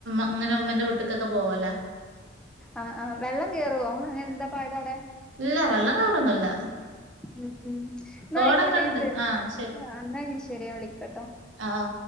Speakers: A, on the right; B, in the centre.
A: അങ്ങനെ ഉമ്മന്റെ വിട്ടിക്കൊക്കെ പോവല്ല.
B: ആഹ് ആഹ. വെള്ളം കേറുവോ അങ്ങനെ എന്താ പാടാ വ്ടെ.
A: ഇല്ല വെള്ളം കേറൊന്നുല്ല
B: ഉം ഉം എന്ന
A: തോടൊക്കെ
B: ആയിക്കോട്ടെ
A: ഉണ്ട്
B: ഞാൻ
A: ആഹ്
B: എന്നാ ഇനി ശരി. ഞാൻ വിളിക്കാട്ടോ.
A: ആഹ